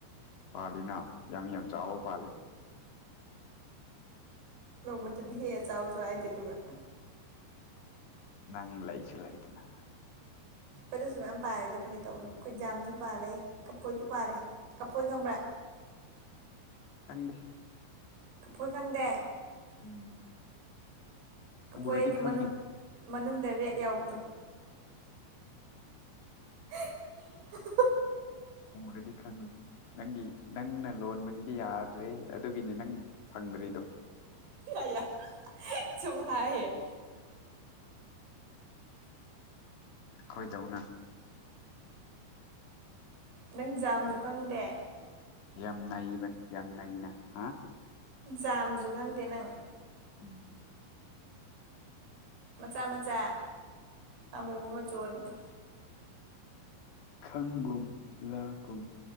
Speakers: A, on the left (about 70°); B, on the right (about 80°).
A: ꯄꯥꯜꯂꯤꯅ ꯌꯥꯝ ꯌꯥꯝ ꯆꯥꯎꯕ ꯄꯥꯜꯂꯤ
B: ꯅꯣꯡꯃꯇꯗꯤ ꯍꯦꯛꯑꯒ ꯆꯥꯎꯁꯨ ꯍꯥꯏꯗꯦ ꯑꯗꯨꯒ
A: ꯅꯪ ꯂꯩꯁꯨ ꯂꯩꯇꯅ
B: ꯑꯩꯈꯣꯏꯗꯁꯨ ꯃꯌꯥꯝ ꯄꯥꯟꯂꯦꯗ ꯐꯒꯤ ꯇꯧꯕꯅꯤ ꯑꯩꯈꯣꯏ ꯖꯥꯝꯁꯨ ꯄꯥꯂꯦ ꯀꯐꯣꯏ ꯄꯥꯂ° ꯀꯐꯣꯏ ꯈꯪꯕ꯭ꯔꯥ
A: ꯈꯪꯗꯦ
B: ꯀꯐꯣꯏ ꯈꯪꯗꯦ
A: ꯎꯝ
B: ꯀꯐꯣꯏꯑꯗꯤ
A: ꯎꯔꯗꯤ ꯈꯪꯅꯤ
B: ꯃꯅꯨꯡ ꯃꯅꯨꯡꯗ ꯔꯦꯠ ꯌꯥꯎꯕꯗꯣ <unintelligible>
A: ꯎꯔꯗꯤ ꯈꯪꯅꯤ ꯅꯪꯒꯤ ꯅꯪꯅ ꯂꯣꯟꯕꯁꯤꯗꯤ ꯌꯥꯗ꯭ꯔꯦ ꯍꯦ ꯑꯗꯨꯒꯤꯅꯤ ꯅꯪ ꯐꯪꯗ꯭ꯔꯤꯗꯣ
B: ꯑꯌꯥ ꯁꯨꯝ ꯍꯥꯏꯌꯦ
A: ꯈꯣꯏꯗꯧꯅ
B: ꯅꯪ ꯖꯥꯝꯁꯨ
A: ꯌꯥꯝ
B: ꯈꯪꯗꯦ
A: ꯌꯥꯝ ꯅꯩꯕꯅꯤ ꯌꯥꯝ ꯅꯩꯅ ꯍꯥ
B: ꯖꯥꯝꯗꯨ ꯈꯪꯗꯦ ꯅꯪ
A: ꯎꯝ
B: ꯃꯆꯥ ꯃꯆꯥ ꯑꯃꯨꯕ ꯃꯆꯨ ꯑꯣꯏꯕꯗꯣ
A: ꯈꯪꯒꯨꯝ ꯂꯥꯛꯀꯨꯝ